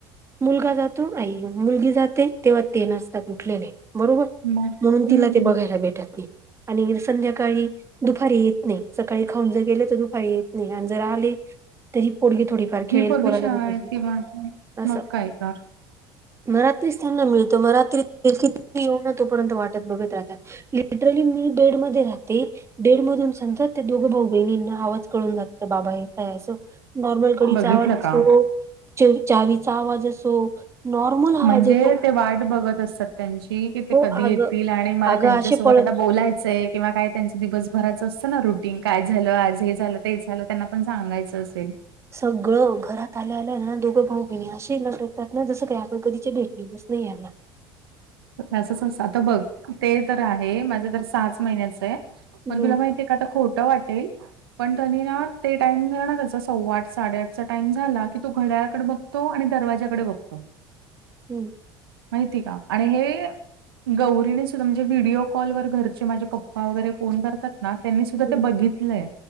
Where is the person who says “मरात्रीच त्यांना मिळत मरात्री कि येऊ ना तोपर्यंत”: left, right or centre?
Right